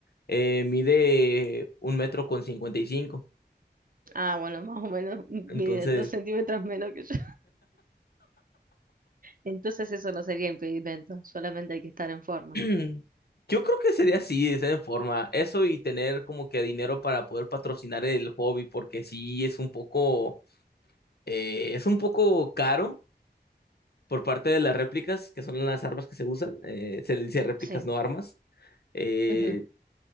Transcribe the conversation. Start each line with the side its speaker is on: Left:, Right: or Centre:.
Left: eh, mide un metro con cincuenta y cinco
Right: Ah, bueno, <laughs> más o menos mide
Left: entonces
Right: dos centímetros menos que yo. Entonces eso no sería impedimento, solamente hay que estar en forma.
Left: <clears throat> Yo creo que sería así, de esa forma. Eso y tener como que dinero para poder patrocinar el hobby, porque sí es un poco, eh, es un poco caro por parte de las réplicas, que son las armas que se usan. eh, se le dice réplicas,
Right: Sí.
Left: no armas. Eh,
Right: Ujú.